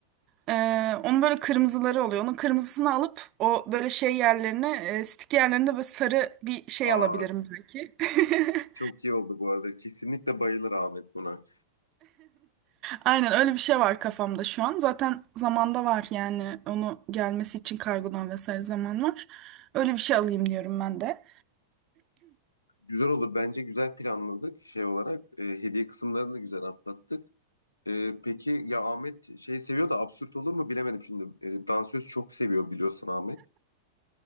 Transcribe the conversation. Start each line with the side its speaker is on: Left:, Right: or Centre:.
Right: Ee, onun böyle kırmızıları oluyor. Onun kırmızısını alıp o böyle şey yerlerine, e, stick yerlerinde böyle sarı bir şey
Left: Aa,
Right: alabilirim belki. <laughs>
Left: çok iyi oldu bu arada. Kesinlikle bayılır Ahmet buna.
Right: Aynen öyle bir şey var kafamda şu an. Zaten zamanda var yani onu gelmesi için kargodan vesaire zaman var. Öyle bir şey alayım diyorum ben de.
Left: Güzel olur. Bence güzel planladık şey olarak. e, hediye kısımlarını da güzel atlattık. Ee, peki ya Ahmet şey seviyor da absürt olur mu bilemedim şimdi. Ee, dansöz çok seviyor biliyorsun Ahmet.